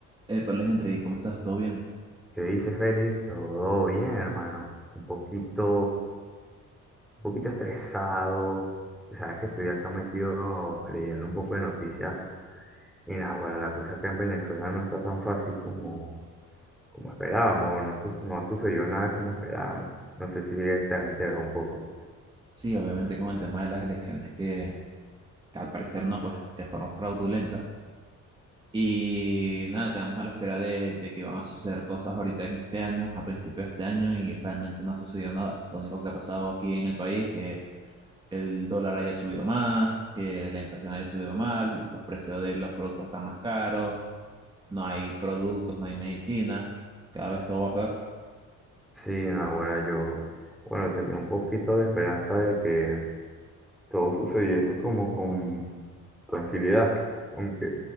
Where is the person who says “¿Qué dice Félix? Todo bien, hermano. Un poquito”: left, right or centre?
Centre